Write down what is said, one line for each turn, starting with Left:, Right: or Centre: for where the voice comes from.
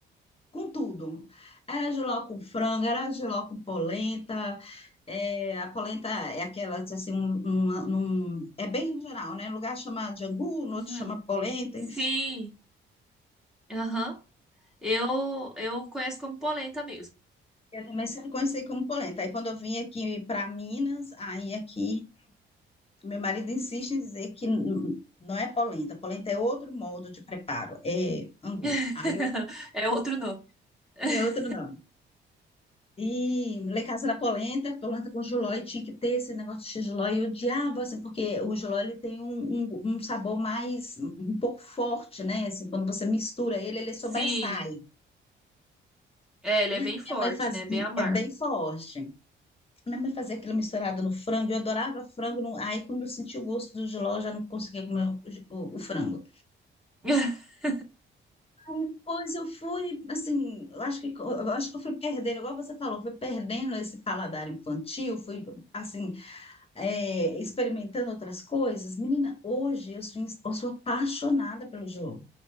Left: com tudo. Era Giló com frango, era Giló com polenta. É, a polenta é aquela, assim, um, um- um- é bem geral, né? Um lugar chama de angu, no
Centre: uhum.
Left: outro chama polenta,
Centre: Sim,
Left: enfim.
Centre: aham. Eu eu conheço como polenta mesmo.
Left: Eu também sempre conheci como polenta. Aí quando eu vim aqui para Minas, aí aqui Meu marido insiste em dizer que n- não é polenta. Polenta é outro modo de preparo, é angu.
Centre: <laughs>
Left: Aí eu,
Centre: É outro nome. <laughs>
Left: é outro nome. E lá em casa era polenta, polenta com jiló, e tinha que ter esse negócio de jiló. E eu odiava, assim, porque o jiló ele tem um, um, um sabor mais, um pouco forte, né? Assim, quando você mistura ele, ele sobressai.
Centre: Sim, é, ele
Left: E
Centre: é bem
Left: aí
Centre: forte,
Left: minha mãe fazia,
Centre: né? Bem amargo.
Left: é bem forte. Minha mãe fazia aquilo misturado no frango, eu adorava frango. no- aí quando eu senti o gosto do jiló, eu já não conseguia comer o o- o frango.
Centre: <laughs>
Left: Aí depois eu fui, assim, eu acho que, eu acho que eu fui perdendo, igual você falou, fui perdendo esse paladar infantil, fui, assim, é, experimentando outras coisas. Menina, hoje eu sou, ins- eu sou apaixonada pelo jiló.